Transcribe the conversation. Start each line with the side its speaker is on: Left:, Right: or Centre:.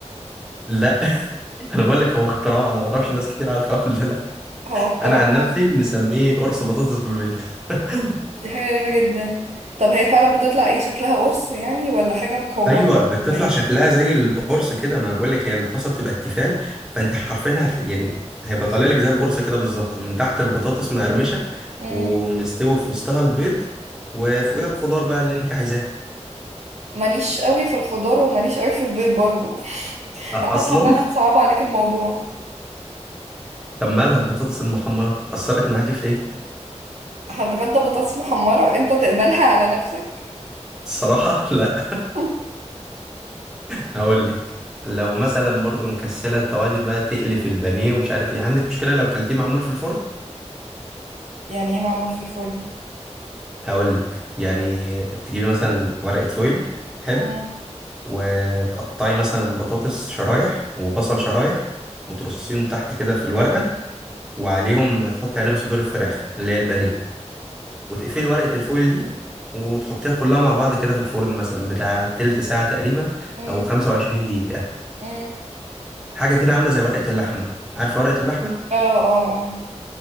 Centre: لا <laughs> انا بقول لك هو اختراع انا ما اعرفش ناس كتير عارفاه ولا لا
Right: هو اختراع
Centre: انا عن
Right: فعلا
Centre: نفسي مسميه قرص بطاطس بالبيض <laughs>
Right: دي حاجة غريبة جدا طب هي فعلا بتطلع ايه شكلها قرص يعني ولا حاجة مكورة
Centre: ايوه بتطلع
Right: ولا ايه
Centre: شكلها زي القرص كده ما انا بقول لك هي الطاسه بتبقى التيفال فانت حرفيا هت... يعني هيبقى طالع لك زي القرص كده بالظبط من تحت البطاطس مقرمشه
Right: مم.
Centre: ومستوي في وسطها البيض وفوقيها الخضار بقى اللي انت عايزاه
Right: ماليش قوي في الخضار وماليش قوي في البيض برضو <laughs>
Centre: أ-
Right: انا
Centre: اصلا
Right: حاسة ان انا مصعبة عليك الموضوع
Centre: طب مالها البطاطس المحمره اثرت معاكي في ايه
Right: هتغدى بطاطس محمرة انت تقبلها على نفسك
Centre: الصراحه <laughs> لا
Right: <laughs>
Centre: هقول لك لو مثلا برضو مكسله التوابل بقى تقلي في البانيه ومش عارف ايه عندك مشكله لو كلتيه معمول في الفرن
Right: يعني ايه معمول في الفرن
Centre: هقول لك يعني تجيبي مثلا ورقه فويل حلو
Right: مم.
Centre: وتقطعي مثلا بطاطس شرايح وبصل شرايح وترصيهم تحت كده في الورقة وعليهم تحطي عليهم صدور الفراخ اللي هي البانيه وتقفلي ورقة الفويل دي وتحطيها كلها مع بعض كده في الفرن مثلا بتاع تلت ساعة تقريبا
Right: مم.
Centre: أو 25 دقيقة
Right: مم.
Centre: حاجة كده عاملة زي ورقة اللحمة عارفة ورقة اللحمة؟
Right: اه اه اه